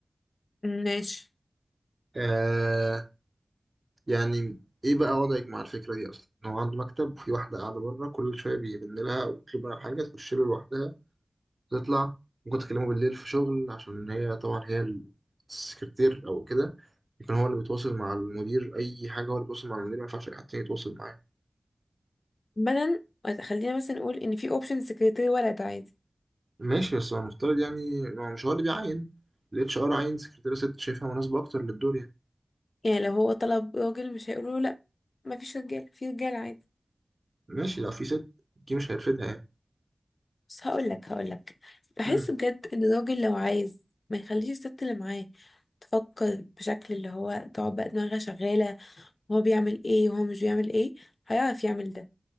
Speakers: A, on the left; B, on the right.
A: ماشي
B: آه يعني إيه بقى وضعك مع الفكرة دي أصلا؟ إن هو عنده مكتب وفي واحدة قاعدة بره كل شوية بيرن لها ويطلب منها حاجة تخش له لوحدها تطلع ممكن تكلمه بالليل في شغل عشان هي طبعا هي السكرتير أو كده يكون هو اللي بيتواصل مع المدير أي حاجة هو اللي بيتواصل مع المدير ما ينفعش أي حد تاني يتواصل معاه
A: مثلا خلينا مثلا نقول ان في اوبشن سكرتير ولد عادي
B: ماشي بس هو المفترض يعني ما هو مش هو اللي بيعين ال HR عين سكرتيرة ست شايفها مناسبة أكتر للدور يعني
A: يعني لو هو طلب راجل مش هيقولوا له لا مفيش رجاله في رجاله عادي
B: ماشي لو في ست دي مش هيرفدها يعني
A: بس هقول لك هقول لك بحس
B: مم.
A: بجد ان الراجل لو عايز ما يخليش الست اللي معاه تفكر بشكل اللي هو تقعد بقى دماغها شغاله وهو بيعمل ايه وهو مش بيعمل ايه هيعرف يعمل ده